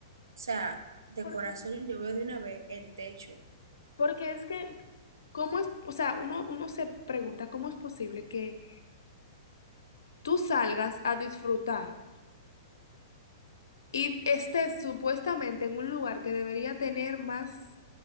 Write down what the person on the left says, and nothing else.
porque,
porque es que, ¿cómo es? O sea, uno, uno se pregunta cómo es posible que tú salgas a disfrutar y estés supuestamente en un lugar que debería tener más